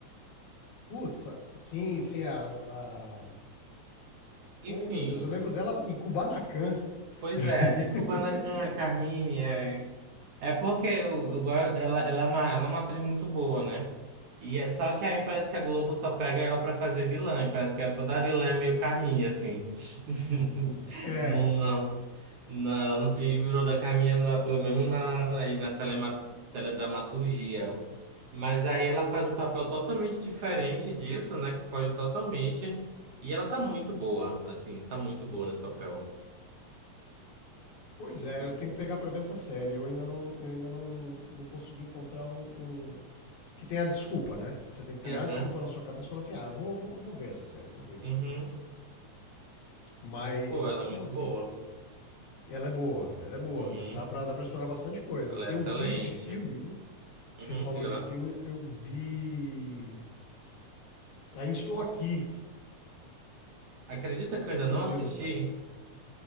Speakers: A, on the left; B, on the right.
A: Putz, a- sim, sim. A, a-
B: Enfim,
A: Oh, meu Deus, eu lembro dela em Kubanacan.
B: pois
A: <laughs>
B: é, de Kubanacan, a Carminha. É porque eu, eu, go- ela, ela, é uma, ela é uma atriz muito boa, né? E é só que aí parece que a Globo só pega ela pra fazer vilã, e parece que ela- toda vilã é meio Carminha, assim. <laughs>
A: É,
B: Não, não, não, ela não se livrou da Carminha, na- pelo menos na, aí na telema, teledramaturgia. Mas aí ela faz um papel totalmente diferente disso, né? Que foge totalmente. E ela tá muito boa, assim, tá muito boa nesse papel.
A: pois é,
B: Hum,
A: eu tenho que pegar pra ver essa série. Eu ainda não, eu ainda não, não consegui encontrar um, um- que tenha a desculpa, né? Você tem que criar
B: Aham.
A: uma desculpa na sua cabeça e falar assim: ah, vou, vou, vou ver essa série, vou ver esse
B: Uhum.
A: filme. Mas,
B: Pô, ela
A: pô,
B: é muito
A: que...
B: boa.
A: ela é boa, ela é boa.
B: Uhum.
A: Dá pra, dá pra explorar bastante coisa.
B: Ela
A: Eu
B: é excelente.
A: vi de filme, né? Você
B: Uhum,
A: falou
B: diga
A: de
B: lá.
A: filme, eu vi. Ainda estou aqui
B: Acredita que eu ainda
A: uns
B: não assisti?
A: dias atrás.